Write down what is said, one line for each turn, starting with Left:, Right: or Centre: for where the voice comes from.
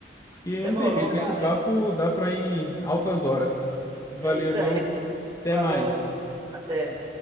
Left: porque
Right: Demorou,
Left: não tem jeito, né?
Right: valeu.
Left: Esse papo dá pra ir altas horas. Valeu,
Right: É isso
Left: irmão.
Right: aí. <laughs>
Left: Até
Right: Falou,
Left: mais.
Right: até.